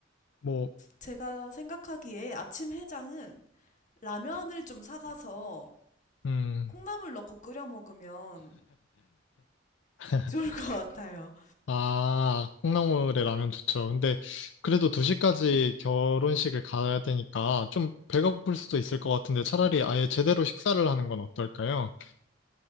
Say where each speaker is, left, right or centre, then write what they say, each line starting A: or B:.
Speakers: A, on the left; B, on the left.
A: 뭐,
B: 제가 생각하기에 아침 해장은 라면을 좀 사가서
A: 음,
B: 콩나물 넣고 끓여 먹으면
A: <laughs>
B: 좋을 것 같아요.
A: 아, 콩나물에 라면 좋죠. 근데 그래도 2시까지 결혼식을 가야 되니까 좀 배가 고플 수도 있을 것 같은데 차라리 아예 제대로 식사를 하는 건 어떨까요?